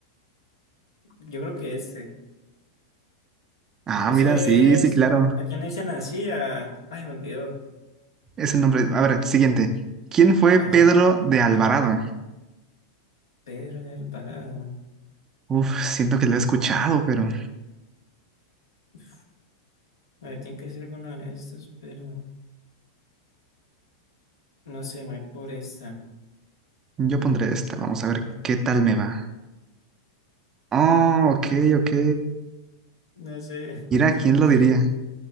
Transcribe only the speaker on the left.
yo creo que este.
Ese
es.
¿A quién le dicen así? A... Ay, me olvidó.
Ajá,
Pedro de Alvarado.
Uf, a ver, tiene que ser alguno de estos, pero. No sé, me voy a ir por esta.
No sé.
<laughs>